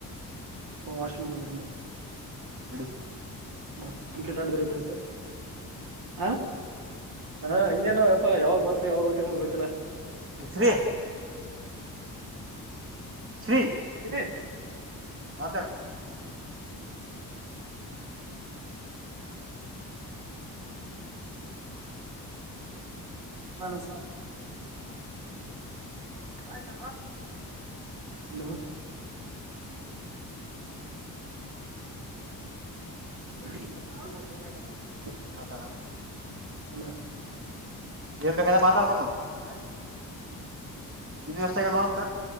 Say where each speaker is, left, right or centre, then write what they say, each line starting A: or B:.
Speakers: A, on the right; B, on the right.
A: ಬೌ ಆ ಶು ಕ ಬರ ಬರ್
B: ಎಡು
A: ಬಾ ಕ್ರಿಕೆಟ್ ಆಡಿದ್ರ ಇತ ಅಂತ ಹ ಹ ಇನೇನೋ ಯಪ್ಪ ಯಾವಾಗ ಬರ್ತ ಯಾವಾಗ ಗೊತ್ತ ಗೊತ್ತ ಕಲ
B: ಸರಿ ಶ್ರೀ
A: ಇರಿ
B: ಮಾತಡು
A: ನಮಸ್ತೆ ಆಯತ ಹಲೋ ಹ
B: ಹೌದ ಹೌ
A: ಅಲ್ಲ
B: ಏನ್ ಬೇಕಾದ್ರೆ ಮಾತಾಡ್ಬವು ಹ ನಿ ವ್ಯವಸ್ಥ ಆ ನೋಡಕ್